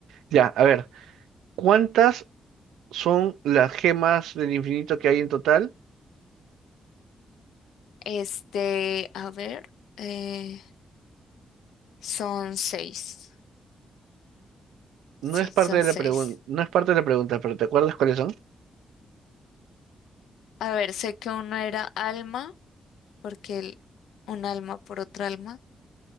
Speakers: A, on the right (about 85°); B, on the left (about 85°).
A: Ya, a ver, ¿cuántas son las gemas del infinito que hay en total?
B: Este, a ver, eh, son seis. Sí,
A: No es parte
B: son
A: de
B: seis.
A: la pregunta, no es parte de la pregunta, pero ¿te acuerdas cuáles son?
B: A ver, sé que uno era Alma. porque el- un alma por otra alma